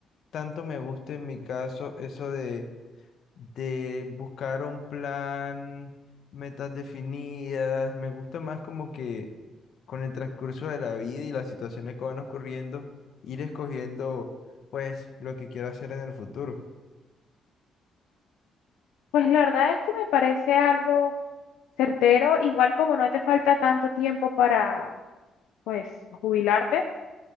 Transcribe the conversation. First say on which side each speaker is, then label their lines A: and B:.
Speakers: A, on the left (about 65°); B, on the left (about 80°).
A: tanto me gusta en mi caso eso de, de buscar un plan, metas definidas. Me gusta más como que con el transcurso de la vida y las situaciones que van ocurriendo, ir escogiendo pues lo que quiero hacer en el futuro.
B: Pues la verdad es que me parece algo certero, igual como no te falta tanto tiempo para, pues, jubilarte,